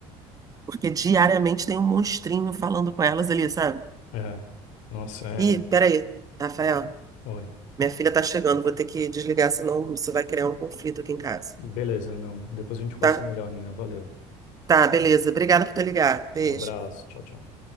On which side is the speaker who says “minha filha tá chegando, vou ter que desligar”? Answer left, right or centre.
Right